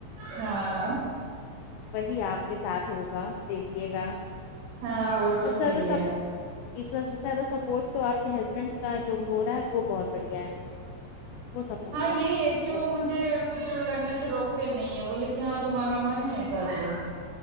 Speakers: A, on the right; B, on the left.
A: ہاں
B: وہی آپ کے ساتھ ہوگا دیکھیے گا
A: ہاں وہ تو
B: سب سے
A: صحیح
B: زیادہ سب
A: ہے
B: اس زیادہ سپورٹ تو آپ کے ہسبینڈ کا جو ہو رہا ہے وہ بہت بڑھیا ہے وہ سپورٹ
A: ہاں
B: کر
A: یہی
B: رہے ہیں
A: ہے
B: جو
A: کہ وہ
B: بہت
A: مجھے
B: اچھا ہے
A: کچھ کرنے سے روکتے نہیں ہیں بولے کہ ہاں تمہارا من ہے کر دو